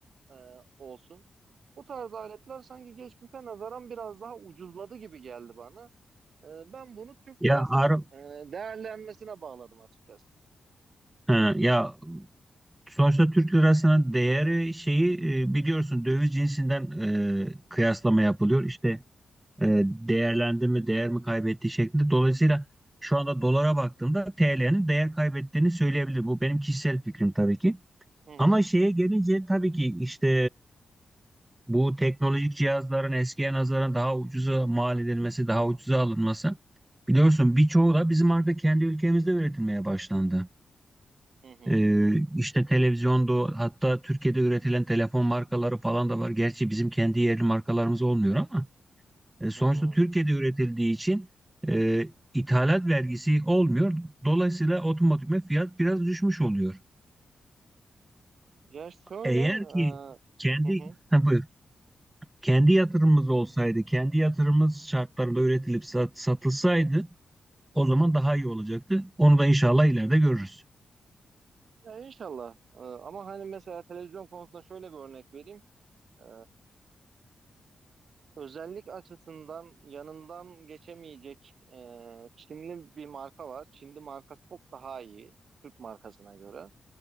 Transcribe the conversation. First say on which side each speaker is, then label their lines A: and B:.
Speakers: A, on the right; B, on the right.
A: e, olsun bu tarz aletler sanki geçmişe nazaran biraz daha ucuzladı gibi geldi bana. E, ben bunu Türk
B: Ya
A: lirasının
B: ar
A: e, değerlenmesine bağladım açıkçası.
B: ha, ya Sonuçta Türk lirasının değeri şeyi e, biliyorsun döviz cinsinden e, kıyaslama yapılıyor. İşte e, değerlendi mi değer mi kaybetti şeklinde. Dolayısıyla şu anda dolara baktığımda TL'nin değer kaybettiğini söyleyebilirim. Bu benim kişisel fikrim tabii ki.
A: Hı hı,
B: Ama şeye gelince tabii ki işte bu teknolojik cihazların eskiye nazaran daha ucuza mal edilmesi, daha ucuza alınması. Biliyorsun birçoğu da bizim artık kendi ülkemizde üretilmeye başlandı.
A: hı hı,
B: Ee, işte televizyondu hatta Türkiye'de üretilen telefon markaları falan da var. Gerçi bizim kendi yerli markalarımız olmuyor ama e, sonuçta
A: hı hı.
B: Türkiye'de üretildiği için e, ithalat vergisi olmuyor. Dolayısıyla otomatikman fiyat biraz düşmüş oluyor.
A: Ya şöyle,
B: Eğer
A: e,
B: ki kendi
A: hı hı.
B: ha, buyur. kendi yatırımımız olsaydı, kendi yatırımımız şartlarında üretilip sat, satılsaydı o zaman daha iyi olacaktı. Onu da inşallah ileride görürüz.
A: Ya inşallah. E, ama hani mesela televizyon konusunda şöyle bir örnek vereyim. E, özellik açısından yanından geçemeyecek e, Çinli bir marka var. Çinli marka çok daha iyi Türk markasına göre.